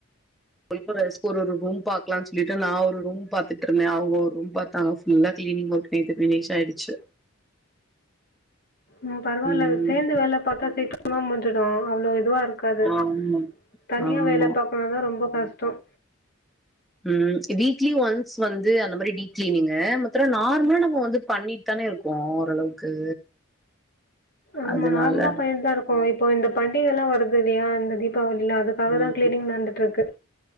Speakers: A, in the centre; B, on the left (about 50°).
A: போய் கூட ஒ ஒ ஒரு ரூம் பாக்கலாம்னு சொல்லிட்டு நா ஒரு ரூம் பாத்துட்டு இருந்த. அவங்க ஒரு ரூம் பாத்தாங்க. ஃபுல்லா கிளீனிங் ஒர்க் நேத்து பினிஷ் ஆயிடுச்சு.
B: ம் பரவாயில்ல
A: ம்
B: சேந்து வேல பாத்தா சீ கிரமா முடிஞ்சுடு அவ்ளோ இதுவா இரு க்காது.
A: ஆமா
B: தனியா
A: ஆமா
B: வேல பாக்கணுனா ரொம்ப கஷ்டம்
A: உம் வீக்லி ஒன்ஸ் வந்து அந்த மாரி டீப் கிளீனிங்கு மத்த நேரோ நார்மலா நம்ம வந்து பண்ணிட்டு தான இருக்கோ ஓரளவுக்கு.
B: ஆமா
A: அதனால
B: நார்மலா பண்ணிட் தா இருக்கோ. இப் இப்ப இந்த பண்டிகை எல்லா வருது இல்லயா இந்த தீப்பா வளில்லா அதுக்காகதா
A: ம்
B: கிளீனிங் நடந்துட்டு இருக்கு.